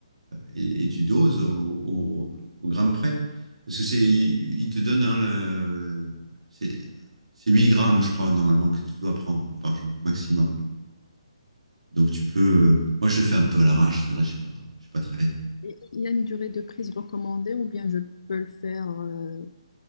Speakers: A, on the right; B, on the left.
A: et, et tu doses au, au- au gramme près. Parce que c'est, il il te donne, hein, le, c'est c'est 8 grammes, je crois, normalement, que tu dois prendre par jour, maximum. Donc tu peux, euh, moi je le fais un peu à l'arrache, c'est vrai, je suis pas, je suis pas très.
B: et Il y a une durée de prise recommandée ou bien je peux le faire euh,